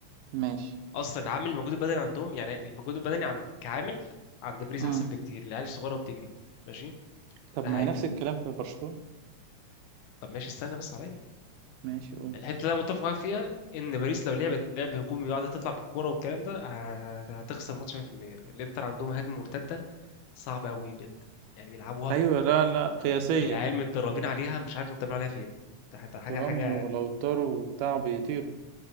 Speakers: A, on the right (about 85°); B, on the left (about 80°).
A: ماشي
B: اصلا عامل المجهود البدني عندهم يعني المجهود البدني عند كعامل عند باريس
A: امم
B: احسن بكتير العيال الصغيره بتجري ماشي
A: طب
B: ده
A: ما
B: حاجه
A: هي نفس الكلام في برشلونة
B: طب ماشي استنى بس عليا
A: ماشي قول
B: الحته اللي انا متفق معاك فيها ان باريس لو لعبت لعب هجومي وقعدت تطلع بالكوره والكلام ده ه- ه- هتخسر ماتش 100% الانتر عندهم هجمه مرتده صعبه قوي بجد يعني بيلعبوها
A: ايوه لا لا قياسية
B: العيال متدربين عليها مش عارف متدربين عليها فين ده حتى حاجه
A: ترام
B: حاجه
A: ولوتارو وبتاع بيطيروا